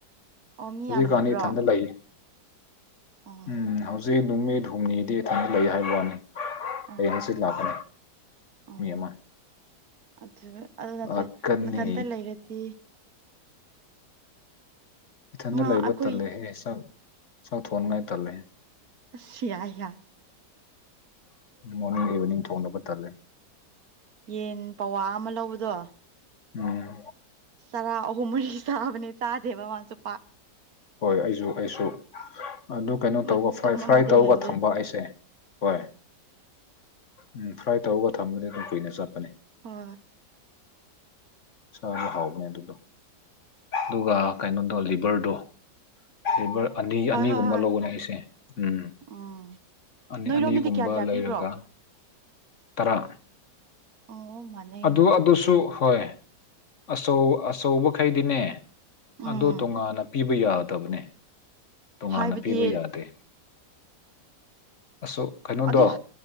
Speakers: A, on the right (about 60°); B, on the left (about 50°).
A: ꯑꯣ ꯃꯤ
B: ꯍꯧꯖꯤꯛ
A: ꯌꯥꯝ
B: ꯀꯍꯥꯅꯤ
A: ꯂꯩꯕ꯭ꯔꯣ
B: ꯏꯊꯟꯗ ꯂꯩ
A: ꯑꯣ
B: ꯎꯝ ꯍꯧꯖꯤꯛ ꯅꯨꯃꯤꯠ ꯍꯨꯝꯅꯤꯗꯤ ꯏꯊꯟꯇ ꯂꯩ ꯍꯥꯏꯕ ꯋꯥꯅꯤ
A: ꯑꯣ
B: ꯑꯩ ꯍꯪꯆꯠ ꯂꯥꯛꯀꯅꯤ
A: ꯑꯣ
B: ꯃꯤ ꯑꯃ
A: ꯑꯗꯨ ꯑꯗꯨ ꯅꯠꯇ꯭ꯔꯦ
B: ꯂꯥꯛꯀꯅꯤ
A: ꯃꯊꯟꯇ ꯂꯩꯔꯗꯤ
B: ꯏꯊꯟꯗ
A: ꯉꯥ
B: ꯂꯩꯕ
A: ꯑꯩꯈꯣꯏ
B: ꯇꯜꯂꯦꯍꯦ ꯁꯛ ꯆꯥꯎꯥꯎ ꯊ ꯐꯣꯟꯣꯟ ꯉꯥꯏꯇꯥꯂꯦ
A: ꯁꯤꯌꯥ ꯍꯌꯥ
B: ꯃꯣꯔꯅꯤꯡ ꯏꯚꯅꯤꯡ ꯊꯣꯡꯅꯕ ꯇꯥꯂꯦ
A: ꯌꯦꯟ ꯄꯋꯥ ꯑꯃ ꯂꯧꯕꯗꯣ
B: ꯎꯝ
A: ꯆꯔꯥ ꯑꯍꯨꯝ ꯃꯔꯤ ꯆꯕꯅꯤ ꯆꯥꯗꯦꯕ ꯃꯥꯁꯨ ꯄꯥ
B: ꯍꯣꯏ ꯑꯩꯁꯨ ꯑꯩꯁꯨ ꯑꯗꯨ ꯀꯩꯅꯣ ꯇꯧ
A: ꯃꯇꯨꯝ
B: ꯐ꯭ꯔꯥꯏ ꯐ꯭ꯔꯥꯏ
A: ꯑꯃꯗ
B: ꯇꯧꯒ
A: ꯍꯦꯟꯗꯦ
B: ꯊꯝꯕ ꯑꯩꯁꯦ ꯍꯣꯏ ꯎꯝ ꯐ꯭ꯔꯥꯏ ꯇꯧꯔꯒ ꯊꯝꯕꯗꯤ ꯑꯗꯨꯝ ꯀꯨꯏꯅ ꯆꯠꯄꯅꯦ
A: ꯍꯣꯏ
B: ꯆ ꯍꯥꯎꯥꯎ ꯃꯗꯨꯂꯣ ꯑꯗꯨꯒ ꯀꯩꯅꯣꯗꯣ ꯂꯤꯚꯔꯗꯣ ꯂꯤꯚꯔ ꯑꯅꯤ
A: ꯍꯣꯏ
B: ꯑꯅꯤꯒꯨꯝꯕ
A: ꯍꯣꯏ ꯍꯣꯏ
B: ꯂꯧꯕꯅꯦ ꯑꯩꯁꯦ ꯎꯝ
A: ꯎꯝ
B: ꯑꯅꯤ
A: ꯅꯣꯏꯔꯣꯝꯗꯗꯤ
B: ꯑꯅꯤꯒꯨꯝꯕ
A: ꯀꯌꯥ ꯀꯌꯥ ꯄꯤꯕ꯭ꯔꯣ
B: ꯂꯩꯔꯒ ꯇꯔꯥ
A: ꯑꯣ ꯃꯅꯦꯅꯦ
B: ꯑꯗꯨ ꯑꯗꯨꯁꯨ ꯍꯣꯏ ꯑꯆꯧ ꯑꯆꯧꯕꯈꯩꯗꯤꯅꯦ
A: ꯎꯝ
B: ꯑꯗꯨ ꯇꯣꯉꯥꯟꯅ ꯄꯤꯕ ꯌꯥꯔꯣꯏ ꯌꯥꯠꯇꯕꯅꯦ ꯇꯣꯉꯥꯟꯅ
A: ꯍꯥꯏꯕꯗꯤ
B: ꯄꯤꯕ ꯌꯥꯗꯦ ꯑꯁ ꯀꯩꯅꯣꯗꯣ
A: ꯑꯗꯨ